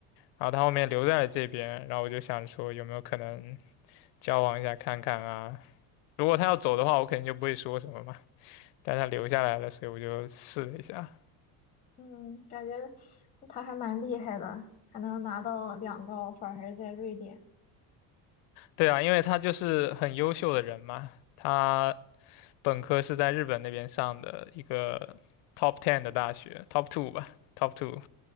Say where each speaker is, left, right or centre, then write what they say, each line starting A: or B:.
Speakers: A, on the left; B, on the left.
A: 然后他后面留在了这边，然后我就想说有没有可能交往一下看看啊。如果他要走的话，我肯定就不会说什么嘛。但他留下来了，所以我就试了一下。
B: 嗯，感觉他还蛮厉害的，还能拿到两个 offer，还是在瑞典。
A: 对啊，因为他就是很优秀的人嘛，他本科是在日本那边上的一个 top ten 的大学，top two 吧，top two，